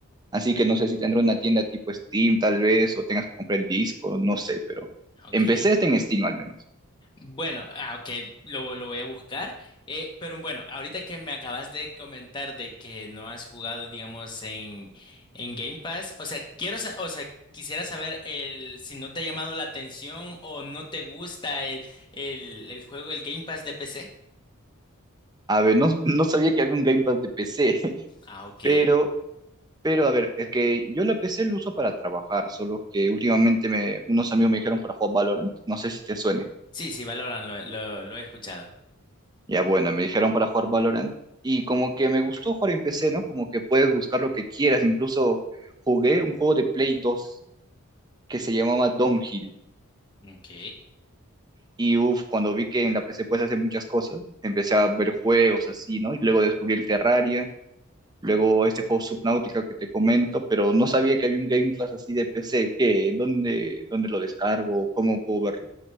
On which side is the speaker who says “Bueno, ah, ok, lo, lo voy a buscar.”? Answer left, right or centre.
Left